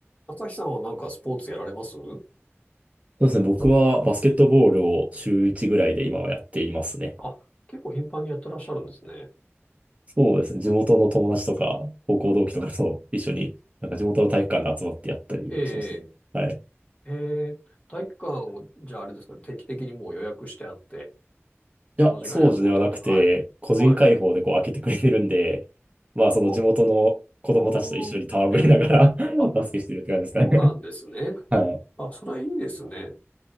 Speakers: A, on the left; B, on the right.
A: 朝日さんはなんかスポーツやられます
B: そうですね。僕はバスケットボールを週1ぐらいで今はやっていますね。
A: あ、結構頻繁にやってらっしゃるんですね。
B: そうですね。地元の友達とか、高校同期とかと一緒に、なんか地元の体育館で集まってやったりはしますね。
A: ええ、
B: はい。い
A: ええ、体育館を、じゃああれですか、定期的にもう予約してあって、その時間に集まるって感じ。
B: や、掃除ではなくて、
A: はい。
B: 個人開放でこう開けてくれてるんで、
A: はい。
B: まあその地元の子供たちと一緒に戯れながら
A: あ、ああ、ええ、あ、
B: <laughs> バスケしてるって感じですかね。
A: そうなんですね。
B: はい。
A: あ、それはいいですね。